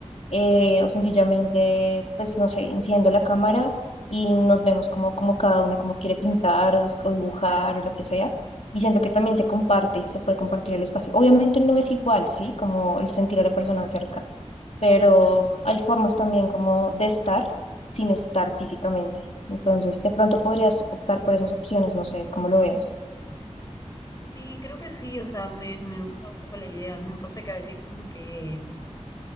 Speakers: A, on the left; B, on the left.
A: Eh, o sencillamente, pues, no sé, enciendo la cámara y nos vemos como, como cada una como quiere pintar o, es- o dibujar o lo que sea. Y siento que también se comparte y se puede compartir el espacio. Obviamente no es igual, ¿sí? Como el sentir a la persona cerca pero
B: Sí.
A: hay formas también como de estar sin estar físicamente. Entonces, de pronto podrías optar por esas opciones, no sé cómo lo veas.
B: Sí, creo que sí, o sea, me, me gusta un poco la idea. A mí me pasa que a veces como que,